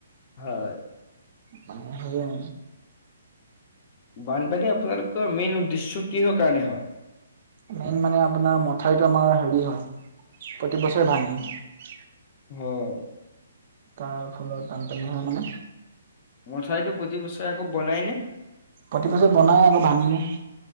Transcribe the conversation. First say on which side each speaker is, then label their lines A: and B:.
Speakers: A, on the left (about 40°); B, on the right (about 50°).
A: হয়।
B: মান
A: বানপানী আপোনালোকৰ মেইন উদ্দেশ্য কিহৰ কাৰণে হয়?
B: মেইন মানে আপোনাৰ মঠাইউৰিতো আমাৰ হেৰি হয়, প্ৰতিবছৰে ভাঙে।
A: হয়।
B: তাৰ ফলত বান পানী হয় মানে।
A: মঠাইউৰিটো প্ৰতি বছৰে আকৌ বনাই নে?
B: প্ৰতি বছৰত বনাই আকৌ ভাঙে,